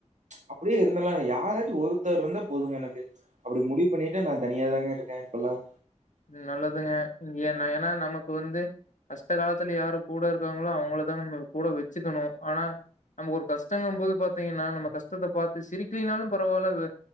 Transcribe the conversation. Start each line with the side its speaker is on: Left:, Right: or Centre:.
Right: அப்படியே இருந்தலாம். யாராச்சும் ஒருத்தர் இருந்தா போதுங்க எனக்கு அப்படி முடிவு பண்ணிட்டு நான் தனியாதாங்க இருக்கேன் இப்பல்லாம்.
Left: ம் நல்லதுங்க ஏனா ஏன்னா நமக்கு வந்து கஷ்ட காலத்துல யாரு கூட இருக்காங்களோ அவங்கள தாங்க நாம்ம கூட வெச்சிக்கணு ஆனா நமக்கு ஒரு கஷ்டங்குப் போது பாத்தீங்கன்னா நம்ம கஷ்டத்தை பாத்து சிரிக்கிலனாலும் பரவாயில்ல